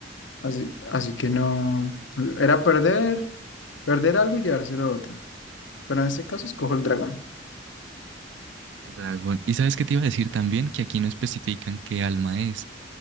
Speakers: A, on the left (about 85°); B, on the right (about 70°).
A: así, así que no, era perder, perder algo y llevárselo otro. Pero en este caso escojo el dragón.
B: el dragón. ¿Y sabes qué te iba a decir también? Que aquí no especifican qué alma es,